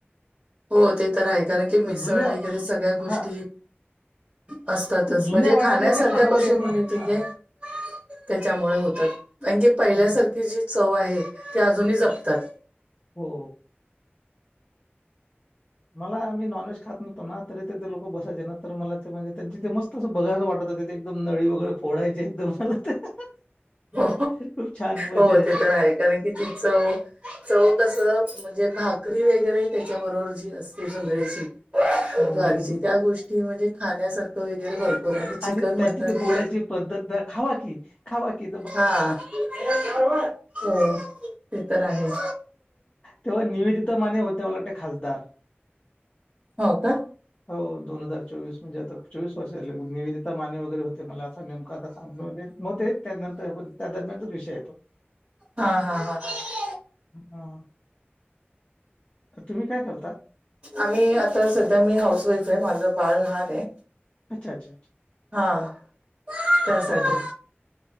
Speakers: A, on the right; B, on the left.
A: हो, ते तर आहे कारण की मिसळ
B: ते जुन्या
A: वगैरे सगळ्या
B: हा
A: गोष्टी, असतातच,
B: ते जुन्या
A: म्हणजे
B: वाड्यातल्या
A: खाण्यासारख्या
B: ज्या खानावळी
A: कशा
B: आहेत
A: म्हणे
B: ना
A: तिथे.
B: हा
A: त्याच्यामुळे होतात, <unintelligible> की पहिल्यासारखी
B: हा
A: जी चव आहे, ते अजूनही जपतात.
B: हो, मला मी नॉनव्हेज खात नव्हतो ना, तरी ते लोक बसायचे नंतर मला ते म्हणजे त्यांची ते मस्त तस बघायच वाटत ते, ते एकदम नळी वगैरे फोडायचे एकदम <unintelligible>
A: हो,
B: खूप छान मजा
A: हो
B: यायची
A: ते तर आहे कारण की ति चव चव कस, म्हणजे भाकरी वगैरे त्याच्या बरोबर जी असते जोंधळ्याची.
B: हम्म.
A: ज्वारीची, त्या गोष्टी म्हणजे खाण्यासारख वगैरे भरपूर. आहे चिकन
B: आणि त्यांची
A: मटन
B: ती बोलायची पद्धत ना, खावा की खावा कि.
A: हा, हो ते तर आहेच.
B: तेव्हा निवेदिता माने होत्या मला वाटते खासदार.
A: हो का?
B: हो दोन हजार चोवीस म्हणजे आता चोवीस वर्षात निवेदिता माने वगैरे होते मला अस नेमक आता सांगन म्हणजे नव्हते त्यानंतरण त्या दरम्यानच विषय आहे तो.
A: हा हां हां हां.
B: हा, तुम्ही काय करता?
A: आम्ही, आता सध्या मी हाऊस वाईफ आहे, माझ बाळ लहान आहे.
B: अच्छा अच्छा
A: हां, त्यासाठी
B: हा